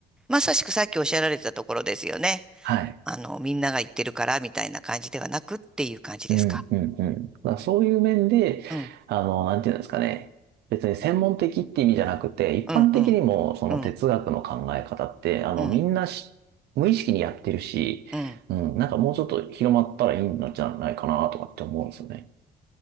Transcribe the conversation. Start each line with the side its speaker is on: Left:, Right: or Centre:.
Centre: まさしくさっきおっしゃられてたところですよね。
Right: はい。
Centre: あの、みんなが言ってるからみたいな感じではなくっていう感じですか。
Right: うんうんうん。まあ、そういう面で、
Centre: うん、
Right: あの、なんていうんですかね。別に専門的って意味じゃなくて、一般的にもその哲学の考え方って、
Centre: うん、うん、うん、
Right: あの、
Centre: うん、
Right: みんなし無意識にやってるし、
Centre: うん。
Right: うん、なんかもうちょっと広まったらいいんじゃないかなとかって思うんですよね。